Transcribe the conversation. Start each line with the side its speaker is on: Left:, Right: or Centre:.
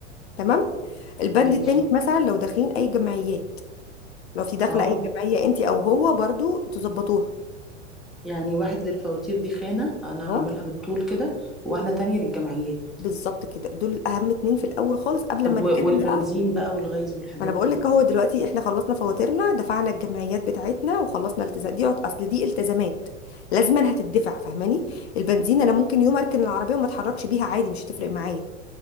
Left: تمام البند
Centre: ماشي
Left: التاني مثلا لو داخلين اي جمعيات لو في داخله
Centre: اه
Left: اي جمعيه انت او هو برضو تظبطوها
Centre: يعني واحد للفواتير دي خانة انا
Left: اه
Centre: هعملها بالطول كده وواحدة تانية للجمعيات
Left: بالظبط كده دول اهم اتنين في الاول خالص قبل
Centre: طب
Left: ما نتكلم
Centre: و- والبنزين
Left: بقى
Centre: بقى والغاز والحاجات
Left: ما انا بقول
Centre: دي
Left: لك اهو دلوقتي احنا خلصنا فواتيرنا دفعنا الجمعيات بتاعتنا وخلصنا التزام دي اصل دي التزامات لازما هتدفع فاهماني البنزين انا ممكن يوم اركن العربيه وما اتحركش بيها عادي مش هتفرق معايا